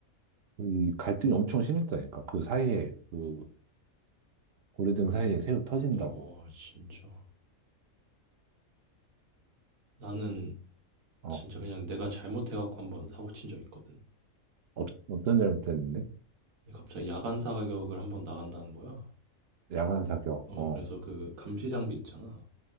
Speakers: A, on the right; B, on the right.
A: 이 갈등이 엄청 심했다니까. 그 사이에 그 고래등 사이에 새우 터진다고.
B: 와, 진짜. 나는
A: 어,
B: 진짜 그냥 내가 잘못해갖고 한번 사고 친 적 있거든.
A: 어, 어떤 잘못했는데?
B: 갑자기 야간사 격을 한번 나간다는 거야.
A: 야간 사격.
B: 어,
A: 어,
B: 그래서 그 감시 장비 있잖아.